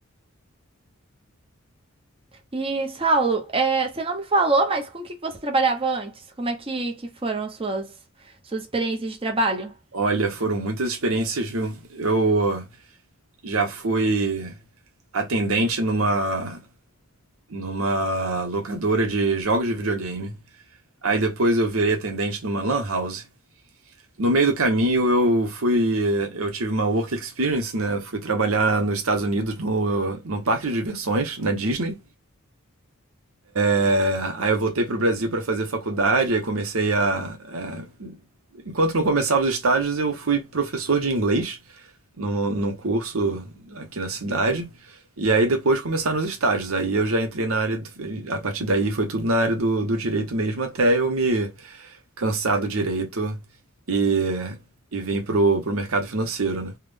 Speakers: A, on the right; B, on the right.
A: E, Saulo, é, você não me falou, mas com o que que você trabalhava antes? Como é que, que foram as suas, suas experiências de trabalho?
B: Olha, foram muitas experiências, viu? Eu já fui atendente numa, numa locadora de jogos de videogame. Aí depois eu virei atendente numa lan house. No meio do caminho eu fui, eu tive uma work experience, né? Fui trabalhar nos Estados Unidos no, num parque de diversões na Disney. É, aí eu voltei para o Brasil para fazer faculdade, aí comecei a, é, enquanto não começava os estágios eu fui professor de inglês num, num curso aqui na cidade. E aí depois começaram os estágios. Aí eu já entrei na área, do, a partir daí foi tudo na área do, do direito mesmo, até eu me cansado direito e, e vim pro, pro mercado financeiro, né?